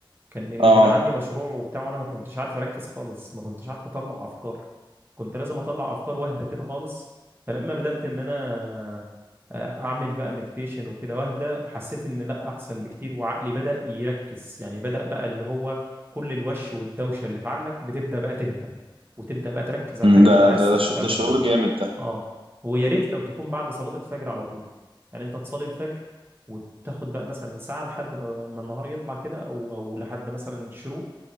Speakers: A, on the right; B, on the right.
A: كان لان
B: اه
A: كان عندي مشروع وبتاع وانا ما كنتش عارف اركز خالص ما كنتش عارف اطلع افكار كنت لازم اطلع افكار واحده كده خالص فلما بدات ان انا آه، اعمل بقى مديتيشن وكده واحده حسيت ان لا احسن بكتير وعقلي بدا يركز يعني بدا بقى اللي هو كل الوش والدوشه اللي في عقلك بتبدا بقى تهدى وتبدا بقى تركز على
B: أمم،
A: الحاجه
B: ده
A: اللي انت عايز
B: ده ده, ش... ده
A: تعملها
B: شعور جامد ده
A: اه ويا ريت لو تكون بعد صلاة الفجر على طول يعني انت تصلي الفجر وتاخد بقى مثلا ساعة لحد ما ما النهار يطلع كده او او لحد مثلا الشروق